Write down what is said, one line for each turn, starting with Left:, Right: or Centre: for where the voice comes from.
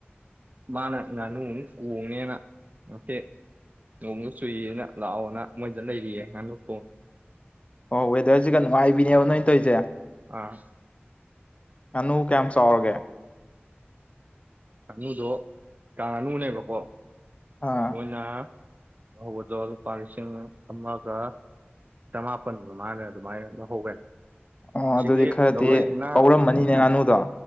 Right: ꯃꯥꯅ ꯉꯥꯅꯨ ꯑꯃ ꯀꯣꯡꯅꯦꯅ ꯅꯍꯥꯟꯃꯨꯛꯀꯤ ꯅꯣꯡꯖꯨ ꯆꯨꯏꯌꯦꯅ ꯂꯥꯛꯑꯣꯅ ꯃꯣꯏꯗ ꯂꯩꯔꯤꯌꯦ ꯉꯥꯡ ꯀꯣꯡ
Left: ꯑꯣ ꯋꯦꯗꯔꯁꯤꯒ ꯅꯨꯡꯉꯥꯏꯕꯤꯅꯦꯕ ꯅꯣꯏ ꯇꯧꯔꯤꯁꯦ
Right: ꯑꯥ
Left: ꯉꯥꯅꯨ ꯀꯌꯥꯝ ꯆꯥꯎꯔꯒꯦ
Right: ꯉꯅꯨꯗꯣ ꯀꯥꯡ ꯉꯥꯅꯨꯅꯦꯕꯀꯣ
Left: ꯑꯥ
Right: ꯃꯣꯏꯅ ꯂꯧꯍꯧꯕꯗꯣ ꯂꯨꯄꯥ ꯂꯤꯁꯤꯡ ꯑꯃꯒ ꯆꯃꯥꯄꯟ ꯃꯃꯥꯒ ꯑꯗꯨꯃꯥꯏ ꯂꯧꯍꯧꯋꯦ
Left: ꯑꯣ ꯑꯗꯨꯗꯤ
Right: ꯁꯤꯒꯤ
Left: ꯈꯔꯗꯤ
Right: ꯂꯧꯔꯛꯏꯁꯤꯅ
Left: ꯄꯧꯔꯝꯃꯅꯤꯅꯦ
Right: ꯎꯝ
Left: ꯉꯥꯅꯨꯗꯣ